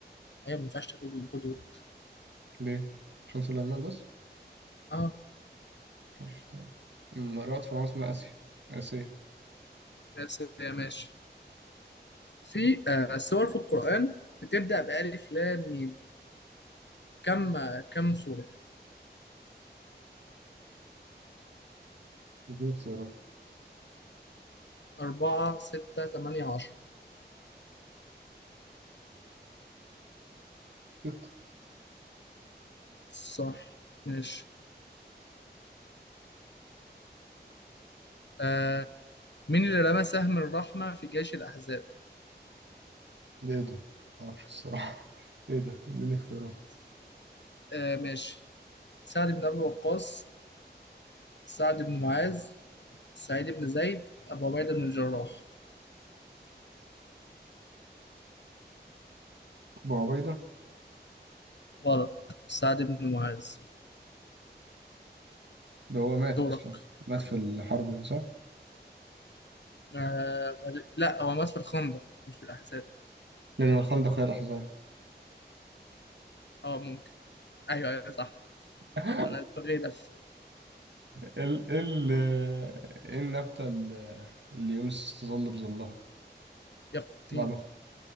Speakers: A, on the left; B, on the right.
A: أيوة ما ينفعش تاكل الهدود
B: ليه؟ عشان سليمان بس
A: اه
B: ماشي تمام أم رأت فرعون اسمها آسيا آسيا
A: بس ماشي في آه سور في القرآن بتبدأ بألف لام ميم كم آه كم سورة؟
B: اديني اختيارات
A: أربعة ستة تمانية عشرة
B: ست
A: صح ماشي آه مين اللي رمى سهم الرحمة في جيش الأحزاب؟
B: ده ايه ده؟ معرفش الصراحة <laughs> ايه ده؟ اديني اختيارات
A: آه ماشي سعد بن أبي وقاص سعد بن معاذ سعيد بن زيد أبو عبيدة بن الجراح
B: أبو عبيدة
A: غلط سعد بن معاذ
B: ده هو مات
A: دورك
B: أصلا مات في الحرب دي صح؟
A: آه غريب. لا هو مات في الخندق مش في الأحزاب
B: لأن الخندق هي الأحزاب
A: اه ممكن أيوه أيوه صح
B: <laughs>
A: أنا اتبغيت في
B: ال ال ايه النبتة ال- اللي يونس استظل بظلها
A: يقطين
B: بعد ما